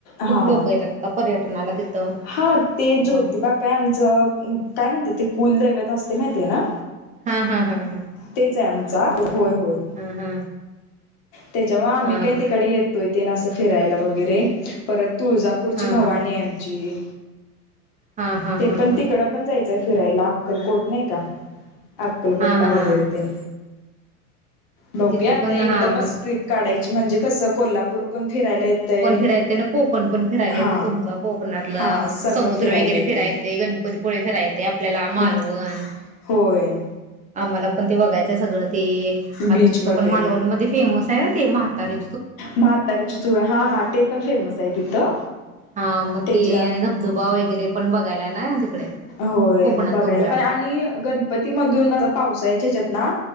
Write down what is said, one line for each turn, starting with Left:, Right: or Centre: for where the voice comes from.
Left: हा
Right: खूप लोकं येतात अ पर्यटनाला तिथं.
Left: हा ते ज्योतिबा
Right: मग
Left: काय आमचं. काय म्हणतात ते. कुलदैवत असते माहिती ना.
Right: हा. हा हा. हा.
Left: तेच आहे आमच होय, होय.
Right: हा हा
Left: त्याच्यामूळ आम्ही
Right: हा
Left: काय तिकड येतोय. तेन अस फिरायला वगैरे परत. तुळजापूरची
Right: हा हा
Left: भवानी आहे आमची.
Right: हा हा
Left: ते
Right: हा
Left: पण
Right: हा
Left: तिकडं पण जायचं आहे. फिरायला अक्कलकोट नाही का. अक्कलकोटला
Right: हा हा
Left: वगैरे तेन. बघूया
Right: तिथं
Left: आता
Right: पण
Left: एकदमच.
Right: हा मग
Left: काढायची म्हणजे कसं कोल्हापूर पण फिरायला येतंय
Right: पण फिरा येतं ना कोकण पण फिरायला
Left: हा
Right: येते तुमच कोकणातलं
Left: हा सगळं
Right: समुद्र
Left: फिरायला
Right: वगैरे
Left: येते
Right: फिरा येत गणपतीपुळे फिरा येते आपल्याला
Left: हो
Right: मालवण
Left: होय
Right: आम्हाला पण ते बघायचंय सगळं ते आता
Left: बीच
Right: तिथं
Left: वगैरे
Right: पण मालवणीमध्येध्ये फेमस ना ते महातारी
Left: म्हातारीची चुळ हा हा ते पण फेमस आहे तिथं
Right: हा मग
Left: त्याच्या
Right: ते आणि धबधबा वगैरे पण पा गयलाय ना तिकडे
Left: होय
Right: कोकणात
Left: बघायला
Right: तुमच्या
Left: पण आणि गणपतीमधून पावसाळच्या जतना